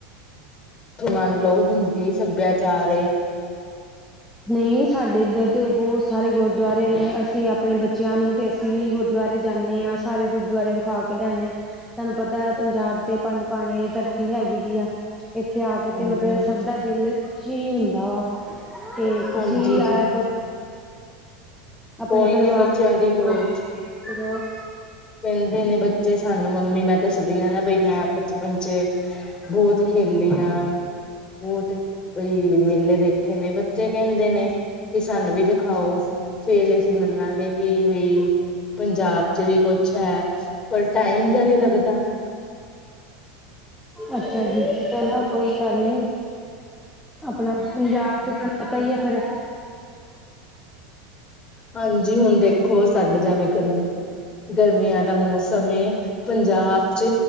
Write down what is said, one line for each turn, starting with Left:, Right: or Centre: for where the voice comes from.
Left: ਉਥੋਂ ਮੰਨ ਲਓ ਹਿੰਦੀ ਸਭਿਆਚਾਰ ਏ।
Centre: ਨਹੀਂ ਸਾਡੇ ਇੱਧਰ ਤੇ ਬਹੁਤ ਸਾਰੇ ਗੁਰਦੁਆਰੇ ਨੇ ਅਸੀਂ ਆਪਣੇ ਬੱਚੇ। ਬੱਚਿਆਂ ਨੂੰ ਤੇ ਅਸੀਂ ਵੀ ਗੁਰਦੁਆਰੇ ਜਾਂਦੇ ਹਾਂ ਸਾਰੇ ਗੁਰਦੁਆਰੇ ਵਿਖਾ ਕੇ ਲਿਆਦੇ ਹਾਂ। ਤੁਹਾਨੂੰ ਪਤਾ ਪੰਜਾਬ ਤੇ ਪੰਜ ਪਾਣੀਆਂ ਦੀ ਧਰਤੀ ਹੈਗੀ ਦੀ ਆ। ਇੱਥੇ ਆ ਕੇ
Left: ਹਾਂਜੀ-ਹਾਂਜੀ,
Centre: ਤੇ ਮਤਲਬ ਸਭ ਦਾ ਦਿਲ ਖੁਸ਼ ਹੀ ਹੁੰਦਾ ਵਾ। ਤੇ ਤੁਸੀਂ
Left: ਹਾਂਜੀ
Centre: ਵੀ
Left: ਜੀ।
Centre: ਆਇਆ ਕਰੋ ਆਪਣੇ
Left: ਕੋਈ
Centre: ਪਰਿਵਾਰ
Left: ਨੀ ਬੱਚਿਆਂ ਦੀ ਹੋਏ।
Centre: ਕਰੋ
Left: ਕਹਿੰਦੇ ਨੇ ਬੱਚੇ ਸਾਨੂੰ ਮੰਮੀ ਮੈਂ ਦੱਸਦੀ ਹਾਂ ਨਾ ਬਈ ਮੈਂ ਬਚਪਨ ਚ। ਬਹੁਤ ਖੇਲੀ ਹਾਂ। ਬਹੁਤ ਬਈ ਮੇਲੇ ਦੇਖੇ ਨੇ ਬੱਚੇ ਕਹਿੰਦੇ ਨੇ ਕਿ ਸਾਨੂੰ ਵੀ ਦਿਖਾਓ। ਫਿਰ ਅਸੀਂ ਮੰਨਾਗੇ ਕਿ ਬਈ। ਪੰਜਾਬ ਚ ਵੀ ਕੁਛ ਹੈ ਪਰ ਟਾਈਮ ਜਿਹਾ ਨਹੀਂ ਲੱਗਦਾ।
Centre: ਅੱਛਾ ਜੀ ਚਲੋ ਕੋਈ ਗੱਲ ਨੀ। ਆਪਣਾ ਪੰਜਾਬ ਚ ਤੁਹਾਨੂੰ ਪਤਾ ਹੀ ਹੈ ਫੇਰ।
Left: ਹਾਂਜੀ, ਹੁਣ ਦੇਖੋ ਸਾਡੇ ਜਿਵੇਂ ਗਰਮ ਗਰਮੀਆਂ ਦਾ ਮੌਸਮ ਏ। ਪੰਜਾਬ ਚ